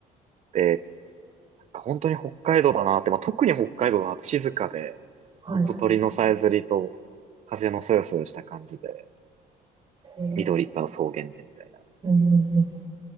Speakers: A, on the right; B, on the right.
A: て、なんか本当に北海道だなって、まあ、特に北海道だなって静かで、
B: はい。
A: ほんと鳥のさえずりと風のそよそよした感じで。
B: えん
A: 緑いっぱいの草原でみたいな。
B: うん